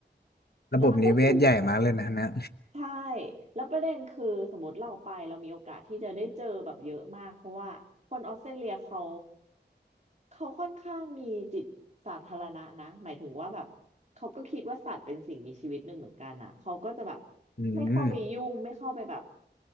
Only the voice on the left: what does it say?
ระบบนิเวศใหญ่มากเลยนะฮะนะ
อืม